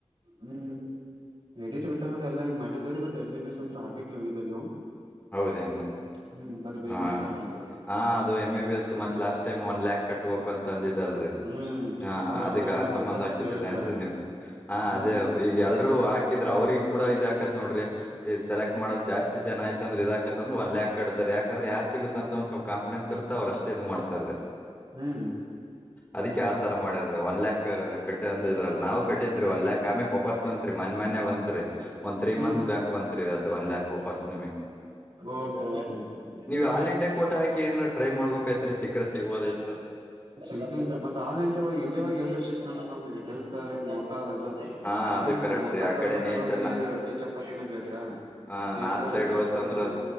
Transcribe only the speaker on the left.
ಹೌದೇ ಅನ್
ಹ
ಹ ಅದು ಎಮ ಬಿ ಬಿ ಎಸ್ ಮತ್ತ ಲಾಸ್ಟ್ ಟೈಮ್ ಒನ್ ಲ್ಯಾಕ್ ಕಟ್ಬೇಕು ಅಂತ ಅಂದಿದಲ್ರರಿ
ಹಾ
ಅದಕ್ಕೆ
ಆ ಸಂಬಂಧ
ಹಾಕಿದ್ದಿಲ್ಲ
ಏನ್ರೀ ನೀವು್ ಹಾ
ಅದೇ ಈಗ ಎಲ್ರೂ ಹಾಕಿದ್ರ ಅವ್ರಿಗೆ ಕೂಡ ಇದ ಹಾಕತ್ ನೋಡ್ರಿ ಸೆಲೆಕ್ಟ್ ಮಾಡೋ ಜಾಸ್ತಿ ಜನ ಆಯ್ತ ಅಂದ್ರ ಇ ಇದಾಕತ್ತತ್ಂದ್ರೆ ಒನ್ ಲ್ಾಕ್ ಕಡದಾರೆ ಯ ಯಾಕ್ರ ಯಾರ್ ಸಿಗುತ್ತತ್ತಂತ ಒಂದ್ ಸ್ಲ್ಪ ಕಾಫಿಡೆನ್ಸ್ ಇತ್ತ ಅವ್ರ ಅಷ್ಟೇದು ಮಾಡ್ತಾರೆೀ
ಅದಕ್ಕೆ ಯಾವ ತರ ಮಾಡರ್ ಒನ್ ಲ್ಾಕ್ ಕಟ್ಟಿ ಅಂದ ಇದ್ರಲ್ಲ ನಾವು ಕಟ್ಟಿದ್ರಿ ಒನ್ ಲ್ಾಕ್ ಆಮೆಕ್ ವಾಪಸ್ ಬಂತತ್ರಿ ಮನೆ ಬಂತತ್ರಿ ಒಂದ್ ತ್ರೀ
ಮಂತ್ಸ್ ಬ್ಯಾಕ್ ಬಂತತ್ರಿ ಅದ್ ಒನ್ ಯಾಕ್ ವಾಪಸ್ ನಿಮಗ್
ನೀವ್ ಆಲ್ ಇಂಡಿಯಾ ಕೋಟ ಟ್ರೈ ಮಾಡಬೇಕ್ತ್ರಿ ಸಿಕ್ರ ಸಿಗ್ಬೋದಿತ್ತು.
ಹಾ
ಅದು ಕರೆಕ್ಟ್
ರೀ ಆ
ಕಡೆ ನೇಚರ್
ಹ
ನಾರ್ತ್ ಸೈಡ್
ಹೋಯ್ತಂದ್ರ